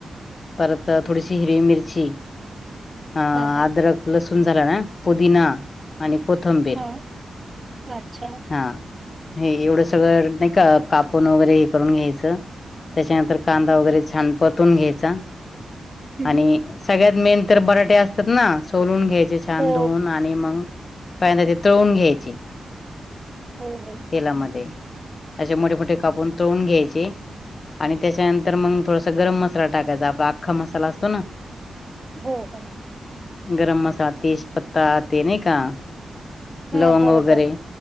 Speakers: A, on the left; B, on the right.
A: परत थोडीशी हिरवी मिरची अ
B: हा हा
A: आद्रक लसूण झाला ना पुदीिना आणि कोथंबीर
B: हा अच्छा
A: हा हे एवढं सगळं नाही का कापून वगैरे हे करून घ्यायचं त्याच्यानंतर क वगैरे छान परतून घ्यायचा
B: हम्म
A: आणि सगळ्यात मेन तर बराटे असतात ना सोलून घ्यायचे छान
B: हो
A: धुून आणि मग पहि ते तळून घ्यायचे
B: हो हो
A: तेलामध्ये त्याचे मोठे मोठे कापून तळून घ्यायचे आणि त्याच्यानंतर तर मग थोडास गरम मसाला टाकायचा आपला अख्खा मसाला असतो ना
B: हो हो
A: गरम मसा तेजपत्ता ते नाही का
B: हा
A: लवंग
B: बरोबर
A: वगैरे